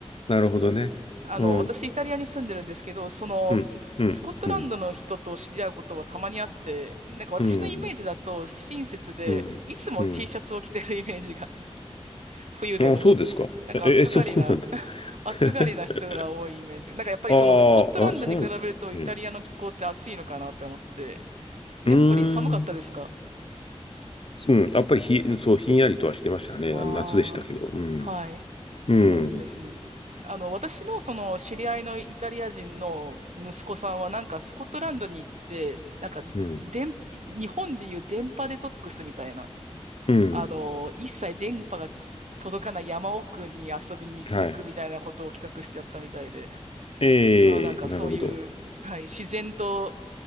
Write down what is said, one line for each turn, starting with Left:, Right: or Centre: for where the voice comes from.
Left: なるほどね。
Right: あの、
Left: うん。
Right: 私、イタリアに住んでるんですけど、その、
Left: うん。うん。
Right: スコットランドの人と知り合うことはたまにあって、
Left: うん。
Right: なんか私のイメージだと親切で、
Left: うん。うん。
Right: いつも
Left: うん。
Right: T シャツを着てるイメージがあります。冬でも。
Left: ああ、そうですか。
Right: なんか暑がりな、
Left: え、え、そうなんだ。
Right: <laughs> 暑がりな人が多いイメージ。
Left: <laughs>
Right: なんかやっぱりそのスコットランドに比べるとイタリアの気候って暑いのかなって思って、
Left: ああ、あ、そう。うん。
Right: やっぱり寒かったですか
Left: うーん。うん。やっぱりひ、そう、ひんやりとはしてましたね。
Right: ああ
Left: あの夏でしたけど。うん。
Right: ー、はい。
Left: うん。
Right: そうですね。あの、私のその知り合いのイタリア人の息子さんはなんかスコットランドに行って、なんか電、
Left: うん。
Right: 日本でいう電波デトックスみたいな、
Left: うん。
Right: あの、一切電波がき届かない山奥に遊びに行くみたいなことを企画してやったみたいで、
Left: はい。ええ、
Right: まあ、なんかそういう、
Left: なるほど。
Right: はい、自然と